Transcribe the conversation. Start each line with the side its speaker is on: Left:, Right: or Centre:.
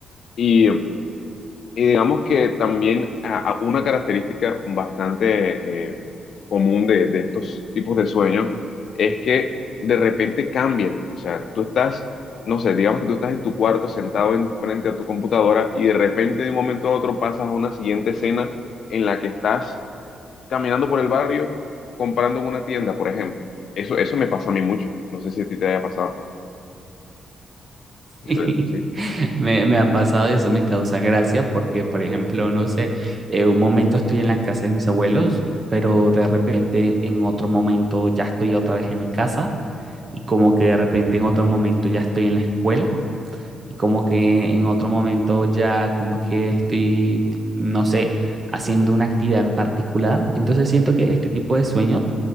Left: Y y digamos que también a- a una característica bastante eh, común de, de estos tipos de sueños es que de repente cambian. O sea, tú estás, no sé, digamos que tú estás en tu cuarto sentado en frente a tu computadora y de repente de un momento a otro pasas a una siguiente escena en la que estás caminando por el barrio comprando en una tienda, por ejemplo. Eso, eso me pasa a mí mucho. No sé si a ti te haya pasado. Eso
Right: Sí,
Left: es, sí.
Right: <laughs> me, me ha pasado y eso me causa gracia porque, por ejemplo, no sé, eh, un momento estoy en la casa de mis abuelos, pero de repente en otro momento ya estoy otra vez en mi casa y como que de repente en otro momento ya estoy en la escuela y como que en otro momento ya como que estoy, no sé, haciendo una actividad en particular. Entonces siento que este tipo de sueño